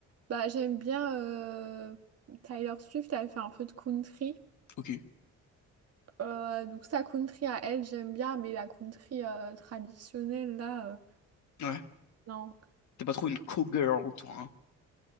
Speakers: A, on the right; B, on the left.
A: Bah, j'aime bien euh, Tyler Swift, elle fait un peu de country.
B: Ok.
A: Euh, donc sa country à elle, j'aime bien, mais la country euh, traditionnelle, là, euh,
B: Ouais.
A: non.
B: T'es pas trop une cowgirl, toi, hein.